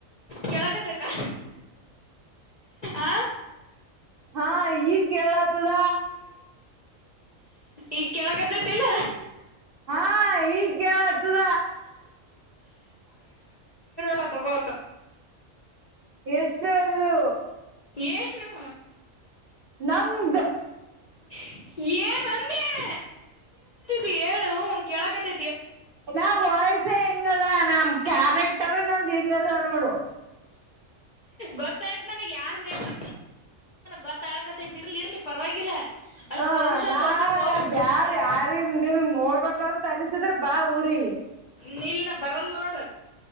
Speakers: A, on the left; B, on the right.
A: ಕೇಳಕತ್ತೈತ ಆ
B: ಹಾ ಈಗ್ ಕೇಳತದ
A: ಈಗ ಕೇಳಕತ್ತೈತಿಲ್ಲ
B: ಹಾ ಈಗ್ ಕೇಳತದ
A: ಡ ತೊಗೋ
B: ಎಷ್ಟ ಅದು
A: ಏನು
B: ನಂಗ
A: ಏಮಂದ ವಿ ಹೇಳು ಕೇಳಕತ
B: ನ ವಾಯ್ಸ ಹೆಗ ಅದ ನಮ್ ಕ್ಯಾರೆಕ್ಟರ್ ನಂದ್ ಹೆಗ ಅದ ನೋಡು
A: ಗೊತ್ತಾಯ್ತ್ ನನಗ್ ಯಾರ್ ಮೇತ್ತ ಗತ್ತ ಆಕತೈತಿ ಇರ್ಲಿ ಇರ್ಲಿ ಪರವಾಗಿಲ್ಲ ಅಷ್ಟ್
B: ಹ
A: ಪೌರುಷ
B: ನಾ
A: ತೋರ್ಸಕ್ ಹೋಗ್ಬೇಡ
B: ನಾ ಬ್ಯಾರ್
A: ನನ್ ಎದರ್
B: ಯಾರ ನಿಮಗ್ ನೋಡ್ಬೇಕಂತ ಅನ್ಸಿದ್ರ ಬಾ ಊರಿಗೆ
A: ನೀಲ್ನ ಬರಲ್ ನೋಡ